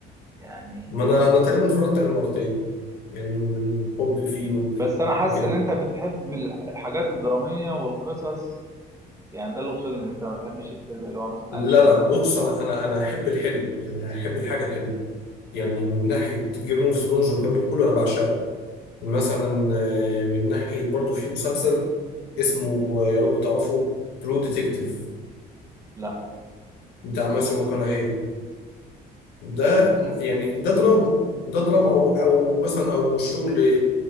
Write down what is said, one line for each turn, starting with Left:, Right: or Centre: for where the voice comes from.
Right: يعني
Left: ما انا انا تقريبا اتفرجت عليه مرتين يعني من من حبي فيه ومن-
Right: بس انا حاسس
Left: وكده
Right: ان انت بتحب ال- الحاجات الدرامية والقصص يعني ده اللي وصلني ان انت ما بتحبش الفيلم اللي هو مثلا
Left: لا
Right: اكشن وخلاص.
Left: لا بص انا انا انا احب الحلو يعني احب الحاجه الحلوه يعني من ناحيه جيم اوف ثرونز والكلام ده كله انا بعشقه مثلا آه، من ناحيه برضو في مسلسل اسمه آه، يا رب تعرفه ترو ديتكتيف
Right: لا
Left: بتاع ماسيو ماكونهي ده م- يعني ده دراما ده دراما
Right: مم.
Left: او او مثلا او شغل